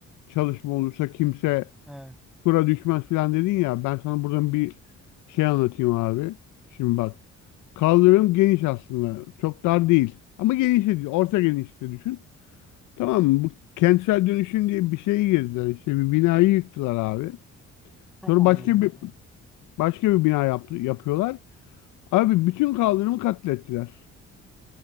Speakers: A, on the left; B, in the centre.
A: çalışma olursa kimse
B: Evet.
A: Çukura düşmez falan dedin ya. Ben sana buradan bir şey anlatayım abi. Şimdi bak. Kaldırım geniş aslında. Çok dar değil. Ama geniş de değil. Orta genişte düşün. Tamam mı? Bu kentsel dönüşüm diye bir şeye girdiler. İşte bir binayı yıktılar abi.
B: Çok
A: Sonra
B: oluyor
A: başka
B: ya.
A: bir
B: evet.
A: başka bir bina yaptı, yapıyorlar. Abi bütün kaldırımı katlettiler.